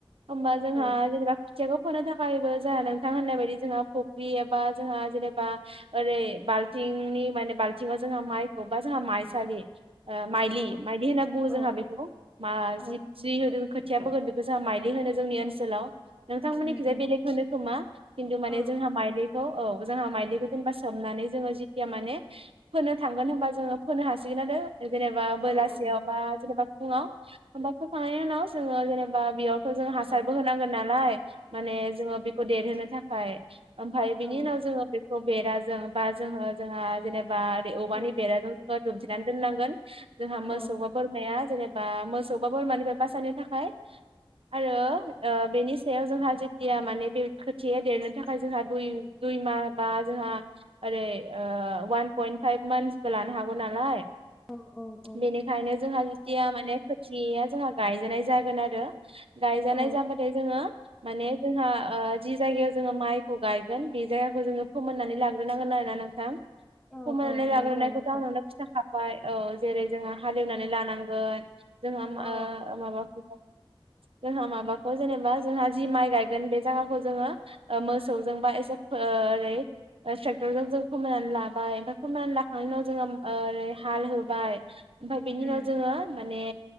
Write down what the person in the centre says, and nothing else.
औ
औ
औ
औ
उम उम
औ
औ औ नोंथां
औ
औ
औ
औ
औ औ औ
औ
औ
औ
नंगौ नोंथां
औ
उम